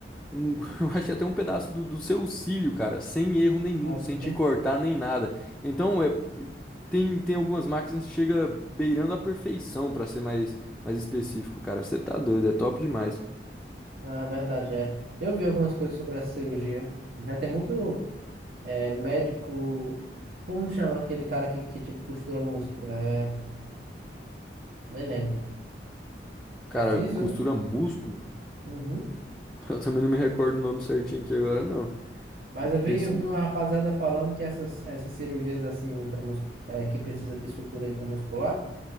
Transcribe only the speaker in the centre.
um- <laughs> eu acho que até um pedaço do, do seu cílio, cara, sem erro nenhum,
sem te cortar nem nada. Então, é, tem, tem algumas máquinas que chega beirando a perfeição, pra ser mais, mais específico, cara. Você tá doido, é top demais.
Cara,
costura
músculo?
<laughs> Eu também não me recordo o nome certinho aqui agora, não.
Desse,